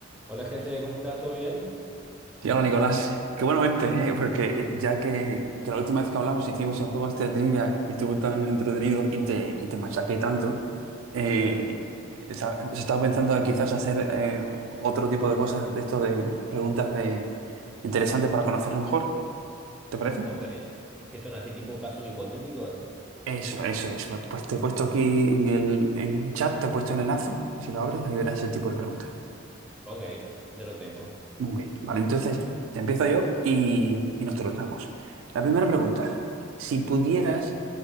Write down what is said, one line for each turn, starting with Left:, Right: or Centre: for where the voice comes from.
Centre: Hola, Jesse, ¿cómo estás? ¿Todo bien?
Right: Y hola Nicolás, qué bueno verte, ¿eh? Porque ya que, que la última vez que hablamos hicimos el juego este de trivia y estuvo tan entretenido y te, y te machaqué tanto, eh,
Centre: <laughs>
Right: esa- se estaba pensando de quizás hacer eh, otro tipo de cosas de esto de preguntas de interesantes para conocernos mejor, ¿te parece?
Centre: Ok. ¿Qué son así tipo casos hipotéticos?
Right: Eso, eso, eso. Pues te he puesto aquí en el, en el chat, te he puesto el enlace y si lo abres ahí verás ese tipo de preguntas.
Centre: Ok, ya lo tengo.
Right: Muy bien, vale, entonces empiezo yo y, y nos turnamos. La primera pregunta, si pudieras,
Centre: Sí.